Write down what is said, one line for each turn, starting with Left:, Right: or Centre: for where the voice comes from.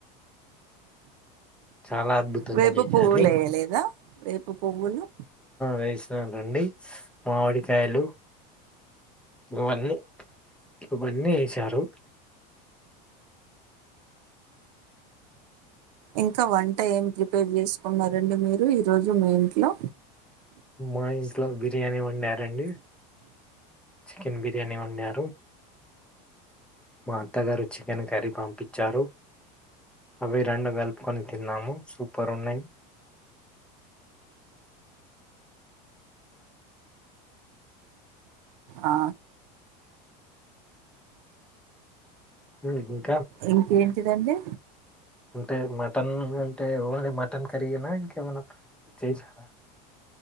Centre: చాలా అద్భుతంగా
Right: వేప
Centre: చేశారు
Right: పువ్వులు వేయలేదా వేప పువ్వులు
Centre: వేస్తాను రండి మామిడికాయలు ఇవన్నీ ఇవన్నీ వసారు
Right: ఇంకా వంట ఏం ప్రిపేర్ చేసుకున్నారండి మీరు ఈరోజు మీ ఇంట్లో
Centre: మా ఇంట్లో బిర్యానీ వండారండి చికెన్ బిర్యానీ వండారు మా అత్తగారు చికెన్ కర్రీ పంపించారు అవి రెండు కలుపుకొని తిన్నాము సూపర్ ఉన్నాయి
Right: ఆ
Centre: హ
Right: ఇంకేంటిదండి
Centre: అంటే మటన్ అంటే ఓన్లీ మటన్ కరీగిన ఇంకేమైనా చేసారా